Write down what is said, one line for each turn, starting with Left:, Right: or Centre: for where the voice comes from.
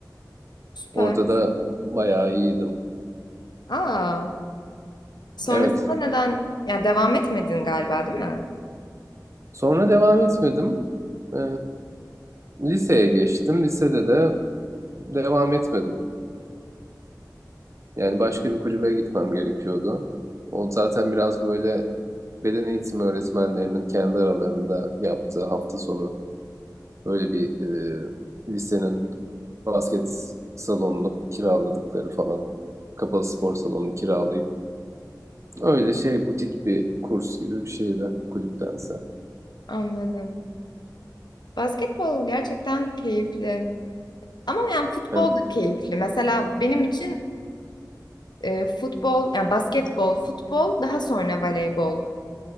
Left: Süper.
Right: Orada da bayağı iyiydim.
Left: Aa. Sonrasında
Right: Evet.
Left: neden yani devam etmedin galiba değil mi?
Right: Sonra devam etmedim. Ee, liseye geçtim. Lisede de devam etmedim. Yani başka bir kulübe gitmem gerekiyordu. O zaten biraz böyle beden eğitimi öğretmenlerinin kendi aralarında yaptığı hafta sonu öyle bir e, lisenin basket salonunu kiraladıkları falan. Kapalı spor salonunu kiralayıp öyle şey butik bir kurs gibi bir şeydi kulüptense.
Left: Anladım. Basketbol gerçekten keyifli. Ama yani futbol
Right: Evet.
Left: da keyifli. Mesela benim için e, futbol, yani basketbol, futbol daha sonra voleybol